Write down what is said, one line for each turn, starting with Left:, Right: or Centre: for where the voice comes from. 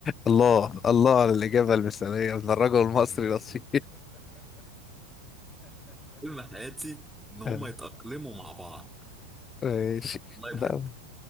Left: الله الله على الإجابة المثالية من الرجل المصري الأصيل
Centre: حلم حياتي ان هم
Left: <laughs>
Centre: يتاقلموا مع بعض
Left: ماشي
Centre: والله
Left: لا
Centre: بجد